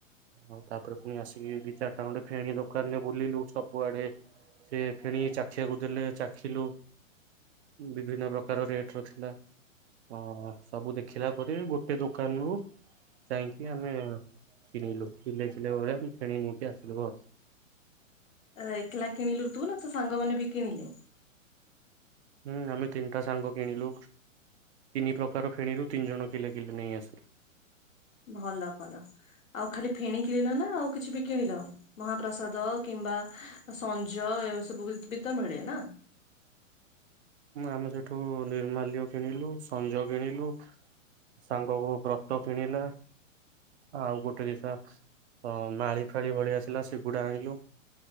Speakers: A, on the right (about 55°); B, on the left (about 75°).
A: ଆଉ ତା ପରେ ପୁଣି ଆସିକି ଦି ଚାରିଟା ଖଣ୍ଡେ ଫେଣି ଦୋକାନରେ ବୁଲିଲୁ। ସବୁଆଡେ ସେ ଫେଣି ଚାଖିଆକୁ ଦେଲେ ଚାଖିଲୁ। ବିଭିନ୍ନ ପ୍ରକାର ରେଟ୍ ର ଥିଲା। ହଁ ସବୁ ଦେଖିଲା ପରେ ଗୋଟେ ଦୋକାନରୁୁ ଯାଇକି ଆମେ କିଣିଲୁ। କିଲେ କିଲେ ଭଳିଆ ଆମେ ଫେଣି ନେଇକି ଆସିଲୁ ଆଉ
B: ଏକେଲା କିଣିଲୁ ତୁ, ନା ତୋ ସାଙ୍ଗମାନେ ବି କିଣିଲେ।
A: ହୁଁ ଆମେ ତିନିଟା ସାଙ୍ଗ କିଣିଲୁ। ତିନି ପ୍ରକାର ଫେଣିରୁ ତିନି ଜଣ କିଲେ କିଲେ ନେଇ ଆସିଲୁ।
B: ଭଲ କଲ। ଆଉ ଖାଲି ଫେଣି କିଣିଲ ନା ଆଉ କିଛି ବି କିଣିଲ? ମହାପ୍ରସାଦ କିମ୍ବା ସଞ୍ଜ ଏ ସବୁ ବି ତ ମିଳେ ନା।
A: ଆମେ ସେଠୁ ନିର୍ମାଲ୍ୟ କିଣିଲୁ, ସଞ୍ଜ କିଣିଲୁ। ସାଙ୍ଗକୁ ବ୍ରତ କିଣିଲା। ଆଉ ଗୋଟେ ଜିନିଷ ଅ ମାଳି ଫାଳି ଭଳିଆ ଥିଲା ସେଗୁଡା ଆଣିଲୁ।